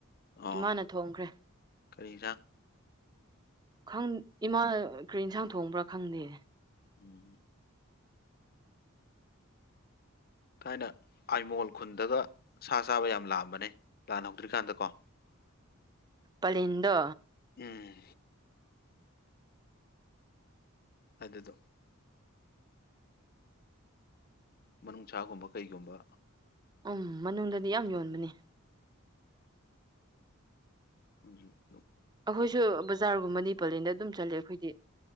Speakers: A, on the left; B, on the right.
A: ꯑꯣ
B: ꯏꯃꯥꯅ ꯊꯣꯡꯈ꯭ꯔꯦ
A: ꯀꯔꯤ ꯏꯖꯥꯡ
B: ꯈꯪ ꯏꯃꯥꯅ ꯀꯔꯤ ꯏꯟꯁꯥꯡ ꯊꯣꯡꯕ꯭ꯔꯥ ꯈꯪꯗꯦ
A: ꯎꯝ ꯊꯥꯏꯅ ꯑꯥꯏꯃꯣꯜ ꯈꯨꯟꯗꯒ ꯁꯥ ꯆꯥꯕ ꯌꯥꯝ ꯂꯥꯛꯑꯝꯕꯅꯦ ꯂꯥꯟ ꯍꯧꯗ꯭ꯔꯤꯀꯥꯟꯗꯀꯣ <unintelligible>
B: ꯄꯂꯤꯟꯗꯣ
A: ꯎꯝ ꯑꯗꯨꯗꯣ ꯃꯅꯨꯡꯁꯥꯒꯨꯝꯕ ꯀꯩꯒꯨꯝꯕ
B: ꯎꯝ ꯃꯅꯨꯡꯗꯗꯤ ꯌꯥꯝ ꯌꯣꯟꯕꯅꯦ
A: ꯎꯝꯝ
B: ꯑꯩꯈꯣꯏꯁꯨ ꯕꯖꯥꯔꯒꯨꯝꯕꯗꯤ ꯄꯂꯦꯟꯗ ꯑꯗꯨꯝ ꯆꯠꯂꯦ ꯑꯩꯈꯣꯏꯗꯤ